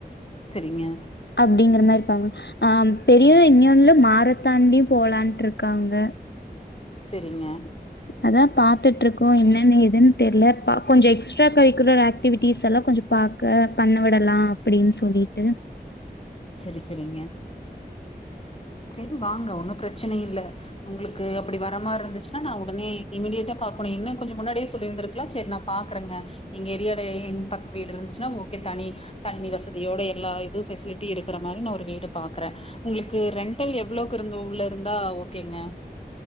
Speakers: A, on the left; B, on the left.
A: செரிங்க
B: அப்டிங்கிற மார்ருப்பாங்க ஆ பெரியவே இன்னியுல்ல மாரத்தான்லயு போலான்ட்ருக்காங்க
A: செரிங்க
B: அதா பாத்துட்ருக்கோ என்னன் ஏதுன் தெர்ல ப கொஞ்சோ எக்ஸ்ட்ரா கரிக்குலர் ஆக்டிவிட்டிஸ்ஸெல்லா கொஞ்சோ பா க்க பண்ண விடலா அப்டின் சொல்லிட்டு
A: செரி செரிங்க செரி வாங்க ஒண்ணு பிரச்சன இல்ல உங்ளுக்கு அப்டி வரமார்ருந்துச்சுன்னா நா ஒடனே இம்மீடியட்டா பாக்கணு என்ன கொஞ்சோ முன்னாடியே சொல்லிருந்திருக்கலா செரி நா பாக்கறேங்க எங்க ஏரியாலே இந் பக்க வீடு இருந்துச்சுன்னா ஓகே தனி தண்ணி வசதியோட எல்லா இது ஃபெசிலி ட்டி இருக்குற மாரி நா ஒரு வீடு பாக்றே உங்ளுக்கு ரெண்டல் எவ்ளோக்குருந்து உள்ளருந்தா ஓகேங்க